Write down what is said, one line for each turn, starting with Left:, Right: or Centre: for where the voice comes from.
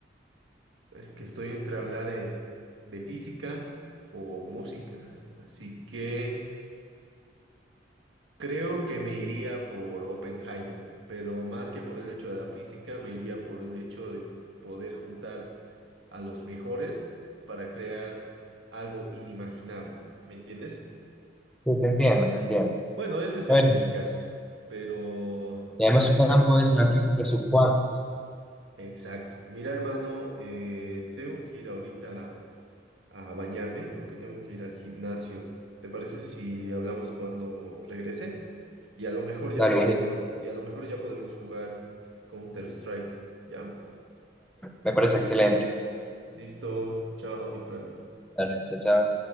Right: Es que estoy entre hablar eh, de física o música. Así que creo que me iría por Oppenheimer. Pero más que por el hecho de la física, me iría por el hecho de poder juntar a los mejores para crear algo inimaginable. ¿Me entiendes?
Centre: Sí, te entiendo, te entiendo.
Right: Bueno, ese sería
Centre: Bueno,
Right: mi caso. Pero,
Centre: y además
Right: mira,
Centre: su
Right: hermano,
Centre: campo es la física subcuántica.
Right: exacto. Mira, hermano, eh, tengo que ir ahorita a bañarme porque tengo que ir al gimnasio. ¿Te parece si hablamos cuando regrese? Y a lo mejor ya
Centre: Dale,
Right: podemos,
Centre: bonito.
Right: y a lo mejor ya podemos jugar Counter-Strike. ¿Ya?
Centre: Me parece excelente.
Right: Listo. Chao, Nicolás.
Centre: Dale, chao, chao.